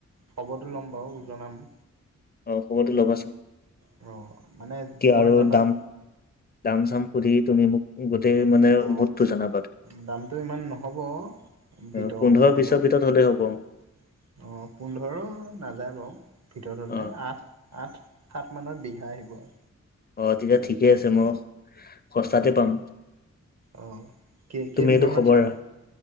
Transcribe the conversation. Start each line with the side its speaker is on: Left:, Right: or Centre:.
Right: খবৰটো ল'ম বাৰু জনাম।
Left: অ', খবৰটো ল'বাচোন।
Right: অ'। মানে
Left: কিয়
Right: মই
Left: আৰু
Right: জনাত
Left: দাম দাম চাম সুধি তুমি মোক গোটেই মানে
Right: অ
Left: মুূঠতু জনাবা তুমি।
Right: দামটো ইমান নহ'ব,
Left: অ,
Right: ভিতৰ
Left: পোন্ধৰ
Right: পিনে হ'লে।
Left: বিছৰ
Right: অ',
Left: ভিতৰত হ'লেই হ'ব মোৰ।
Right: পোন্ধৰো নাযায় বাৰু ভিতৰত হ'লে
Left: অ',
Right: আঠ আঠ, সাত মানত বিঘা আহিব আৰু।
Left: অ', তেতিয়া ঠিকে আছে, মই সস্তাতে পাম।
Right: অ', কেই-কেইবিঘা
Left: তুমি এইটো
Right: মান
Left: খবৰ
Right: চাম?
Left: ৰা